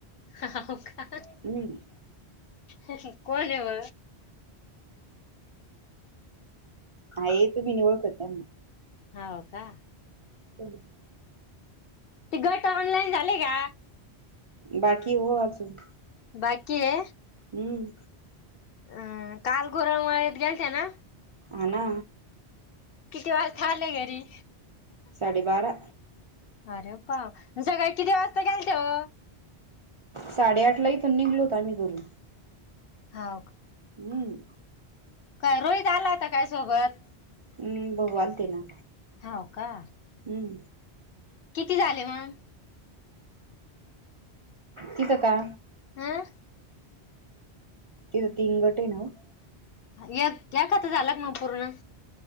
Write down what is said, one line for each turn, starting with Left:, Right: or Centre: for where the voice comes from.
Left: हो का?
Right: हम्म
Left: कोणेव.
Right: हा ये तुम्ही नि ओळखत त्यांना.
Left: हाव का?
Right: <inaudible>
Left: ते गट ऑनलाईन झाले का?
Right: बाकी हो आजून.
Left: बाकीये.
Right: अम्म.
Left: हम्म काल घोरळ मळेत ग्याल त्या ना.
Right: हना.
Left: किती वेळात आले घरी.
Right: साडे बारा
Left: अरे पा सगळी किती वाजता घ्यायच वो
Right: साडेआठ ला इथण निघलो होता आम्ही घरून
Left: हा
Right: हम्म
Left: काय रोहित आला होता काय सोबत?
Right: हम्म भाऊ आलते ना
Left: हो का?
Right: हम्
Left: किती झाले मग
Right: तिथं का
Left: हं
Right: तो तर तीन गोटे ना हो
Left: य एखादा तर झाला मग पूर्ण